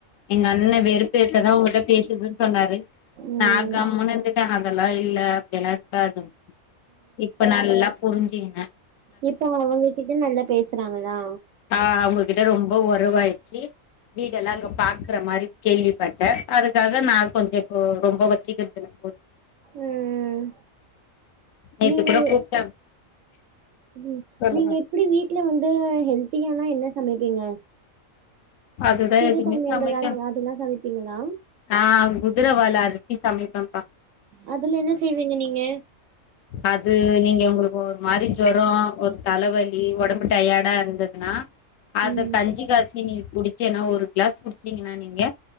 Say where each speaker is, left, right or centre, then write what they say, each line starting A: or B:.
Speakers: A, on the left (about 75°); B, on the right (about 70°).
A: எங்க அண்ண வெறுப்பேத்த தா ஓங்கிட்ட பேசுதுன் சொன்னாரு
B: ம்
A: நா கம்முனு இருந் ட அதெல்லா இல்ல அப்டியல்லா இருக்காது இப்ப நல்லா புரிஞ்சிகின
B: இப்ப அவுங்க கிட்ட நல்லா பேசுறாங்களா
A: ஆ அவுங்ககிட்ட ரொம்ப ஒறவாய்ட்ச்சி வீடேல்லா அங்க பாக்குற மாரி கேள்விப்பட்ட அதுக்காக நா கொஞ்ச இப்போ ரொம்போ வச்சிகற்தில்ல
B: ம்
A: நேத்து
B: நீங்க
A: கூட
B: எ
A: கூப்ட்டே
B: ம்
A: சொல்லுங்க
B: நீங்க எப்டி வீட்ல வந்து ஹெல்த்தியானா என்ன சமைப்பீங்க
A: அதுதா
B: சிறுதானியங்கள்
A: எதுவுமே சமைக்க
B: அத அதுல்லா சமைப்பீங்களா
A: ஆ குதுரவால அரித்தி சமைப்பேப்பா
B: அதுல என்ன செய்வீங்க நீங்க
A: அது நீங்க ஒங்களுக்கு ஒரு மாரி ஜொரோ ஒர் தலவலி ஒடம்பு டயாடா இருந்துதுனா அத
B: ம்
A: கஞ்சி காச்சி நீ குடிச்செனா ஒரு கிளாஸ் குடிச்சீங்கனா நீங்க